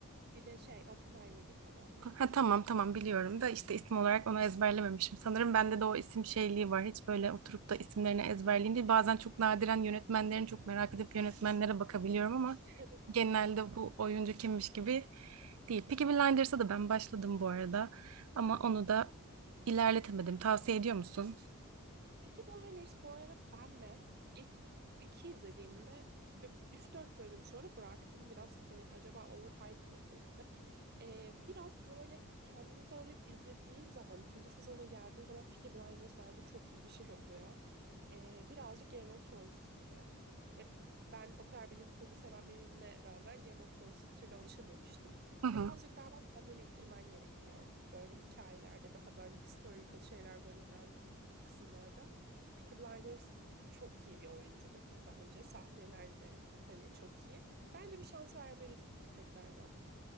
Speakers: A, on the right; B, on the right.
A: bir de şey Oppenheimer'daki adam.
B: Ha, tamam tamam biliyorum da işte isim olarak onu ezberlememişim. Sanırım bende de o isim şeyliği var. Hiç böyle oturup da isimlerini ezberleyeyim değil. Bazen çok nadiren yönetmenlerin çok merak edip yönetmenlere bakabiliyorum ama
A: <laughs>
B: genelde bu oyuncu kimmiş gibi değil. Peaky Blinders'a da ben başladım bu arada ama onu da ilerletemedim. Tavsiye ediyor musun?
A: Peaky Blinders bu arada ben de ilk iki izlediğimde üç dört bölüm sonra bıraktım. Biraz hani acaba overhype mı dedim. Ee, biraz böyle kendini zorlayıp izlediğin zaman, ikinci sezona geldiğin zaman Peaky Blinders bence çok iyi bir şey oluyor. Ee, birazcık Game of Thrones gibi. E, ben o kadar bilim kurgu seven birine rağmen Game of Thrones'a bir türlü alışamamıştım.
B: Hı
A: Birazcık
B: hı.
A: galiba kendini ittirmen gerekiyor. Böyle hikayelerde daha böyle historical şeyler barındıran kısımlarda. Peaky Blinders çok iyi bir oyunculuk bence. Sahnelerde hani çok iyi. Bence bir şans vermelisin tekrardan.